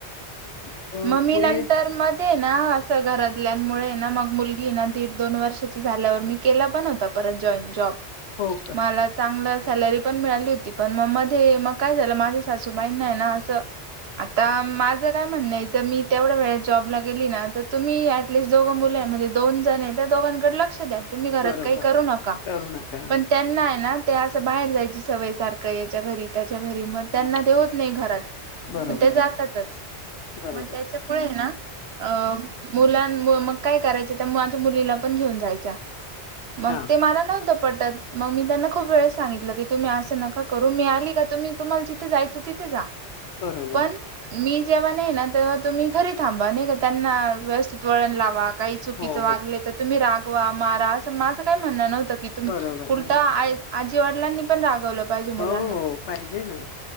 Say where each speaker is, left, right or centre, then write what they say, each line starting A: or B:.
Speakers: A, on the left; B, on the right.
A: मग तर
B: मम्मी
A: पुढे
B: नंतर मध्ये ना असं घरात. कल्यांमुळे ना मग मुलगी ना दीड दोन वर्षाची झाल्यावर मी केला पण होता परत जॉईन जॉब.
A: हो का?
B: मला चांगलंच सॅलरी पण मिळाली होती पण मग मध्ये मग काय झालं माझ्या सासूबाई नाही ना असं. आता माझं काय म्हणणंय. तर मी तेवढ्या वेळस जॉबला गेली ना तर तुम्ही ऍटलिस्ट दोघं मुलं आहे म्हणजे दोन जण आहे त्या दोघांकडे लक्ष द्या. तुम्ही घरात
A: बरोबर.
B: काही करू नका
A: करू नका.
B: पण त्यांना आहे ना. ते असं बाहेर जायची सवय सारखं याच्या घरी त्या घरी मग
A: हां,
B: त्यांना दे होत नाही घरात
A: बरोबर,
B: ते जातातच.
A: बरोबर.
B: मग त्याच्या मुळे आहे ना. अ मुलां मग काय करायच त्या माझ्या मुलीला पण घेऊन जायच्या. मग
A: हां,
B: ते मला नव्हतं. पटत मग मी त्यांना खूप वेळेस सांगितलं की तुम्ही असं नका करू मी आली का तुम्ही तुम्हाला जिथे जायचं तिथे जा.
A: बरोबर.
B: पण मी जेव्हा नाही ना. ते्हा तुम्ही घरी थांबा नाही का त्यांना व्यवस्थित वळण लावा काही चुकीच
A: हो,
B: वागले
A: हो.
B: तर तुम्ही राग. मारा असं माझं काही म्हणं नव्हतं की तुम्ही
A: बरोबर, बरोबर.
B: उलट आजी वाडलांनी पण रागवलं. पाहिजे मुलांना
A: हो हो पाहिजे ना.